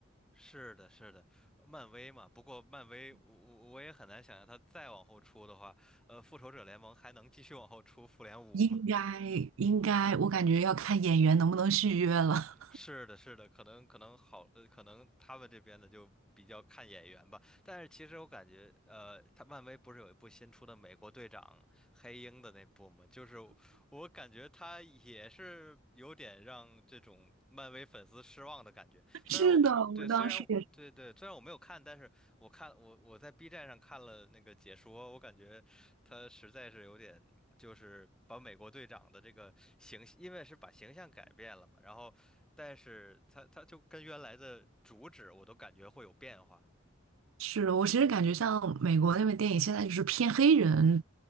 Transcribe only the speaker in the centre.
是的，是的，漫威嘛。不过漫威，我我我也很难想象他再往后出的话，呃，复仇者联盟还能继续往后出复联五吗？
如
是的，是的，可能可能好，呃，可能他们这边的就比较看眼缘吧。但是其实我感觉，呃，他漫威不是有一部新出的《美国队长：黑鹰》的那部吗？就是我感觉他也是有点让这种漫威粉丝失望的感觉。
虽然我们对，
虽然我对对，虽然我没有看，但是我看我我在 B 站上看了那个解说，我感觉他实在是有点，就是把美国队长的这个形，因为是把形象改变了嘛，然后，但是他他就跟原来的主旨我都感觉会有变化。